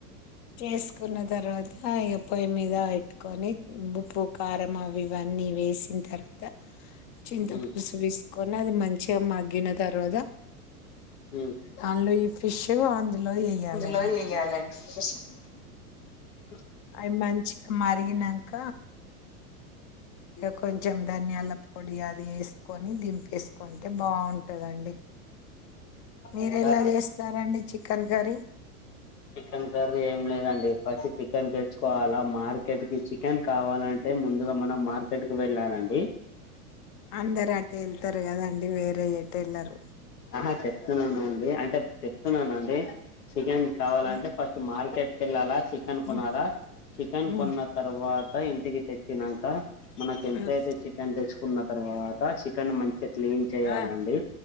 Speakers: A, on the left; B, on the left.
A: చేస్ కున్న తర్వాతా ఇగ పొయ్యి మీద పెట్టుకొని ఉప్పు కారం అవి ఇవన్నీ వేసిన్ తర్వాత చింత
B: ఉ
A: పులుసు వేసుకొని అది మంచిగా మగ్గిన తర్వాత
B: ఉ
A: దానిలో ఈ ఫిష్ అందులో ఏయాలి
B: <inaudible>
A: అవి మంచిగా మరిగినంక ఇగ కొంచం ధనియాల పొడి అ వేసుకొని దింపేసుకుంటే బాగుంటుందండి. మీరెలా
B: ఇంకా
A: చేస్తారండి chicken curry
B: chicken curry ఏం లేదండి ఫస్ట్ చికెన్ తెచ్చుకోవాలా మార్కెట్కి చికెన్ కావాలంటే ముందుగా మనం మార్కెట్కి వెళ్ళాలండి
A: అందరు అటే ఎళ్తారు కదండి వేరే ఎటు ఎళ్లరు
B: ఆహా చెప్తున్నానండి అంటే చెప్తున్నానండి చికెన్ కావాలంటే
A: ఉమ్,
B: ఫస్ట్ మార్కెట్ వెళ్ళాలా చికెన్ కొనాలా
A: ఉమ్,
B: చికెన్
A: ఉమ్,
B: కొన్న తరువా ఇంటికి తెచ్చినంక మనకు ఎంతయితే
A: ఉమ్,
B: చికెన్ తెచ్ కున్న తర్వాత చికెన్ మంచి క్లీన్ చేయ్యాలండి
A: ఆ